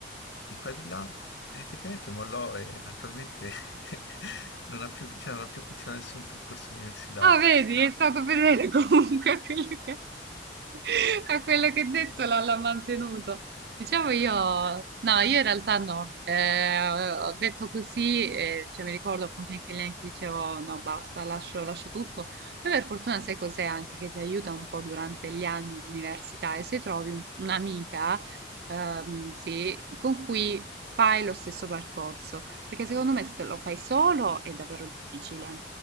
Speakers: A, on the left; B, on the right.
A: di qua e di là, e effettivamente mollò e attualmente <laughs> non ha più, cioè, non ha più continuato nessun percorso universitario.
B: Ah, vedi, è stato fedele <laughs> comunque a quello che, <laughs> a quello che ha detto, l'ha l'ha mantenuto. Diciamo io, no, io in realtà no, Eh, ho detto così, eh, cioè mi ricordo appunto in quegli anni che dicevo no, basta, lascio, lascio tutto. Poi per fortuna sai cos'è anche che ti aiuta un po' durante gli anni di università e se trovi un- un'amica, ehm, sì, con cui fai lo stesso percorso, perché secondo me se te lo fai solo è davvero difficile.